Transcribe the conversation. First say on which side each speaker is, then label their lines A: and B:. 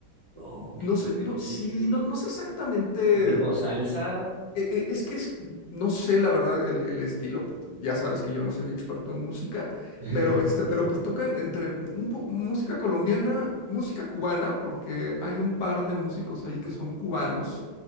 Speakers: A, on the right; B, on the left.
A: Oh,
B: No
A: qué entretenido.
B: sé, no, sí, no, no sé exactamente
A: Sí, tipo salsa.
B: e- e- Es que es- no sé la verdad el, el estilo, ya sabes que yo no soy experto en música, pero
A: <laughs>
B: este, pero pues tocan entre un po- música colombiana, música cubana, porque hay un par de músicos ahí que son cubanos.